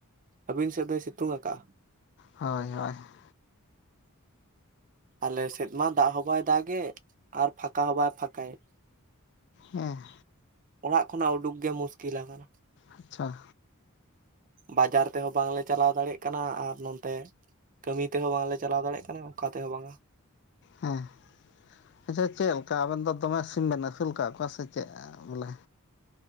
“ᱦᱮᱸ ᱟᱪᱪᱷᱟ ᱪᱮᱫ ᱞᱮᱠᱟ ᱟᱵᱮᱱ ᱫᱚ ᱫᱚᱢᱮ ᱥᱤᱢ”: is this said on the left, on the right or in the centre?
Left